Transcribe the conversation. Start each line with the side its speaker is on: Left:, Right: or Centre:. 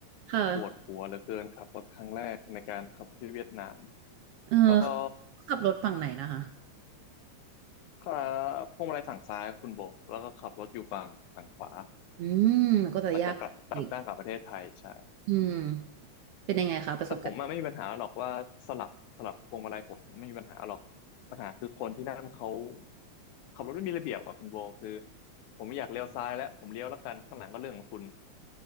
Right: ค่ะ
Left: ปวดหัวเหลือเกินขับรถครั้งแรกในการขับรถที่เวียดนาม
Right: เออ
Left: แล้วก็
Right: ขับรถฝั่งไหนนะคะ
Left: ขาพวงมาลัยฝั่งซ้ายคุณโบแล้วก็ขับรถอยู่ฝั่งฝั่งขวา
Right: อืมมันก็จะยากอีก
Left: มันจะกลับกลับด้านกลับประเทศไทยใช่
Right: อืมเป็นยังไงคะประสบการณ์
Left: แต่ผมอะไม่มีปัญหาหรอกว่าสลับสลับพวงมาลัยผมไม่มีปัญหาหรอกปัญหาคือคนที่นั่นเขาขับรถไม่มีระเบียบอ่ะคุณโบคือผมไม่อยากเลี้ยวซ้ายแล้วผมเลี้ยวแล้วกันข้างหลังก็เรื่องของคุณ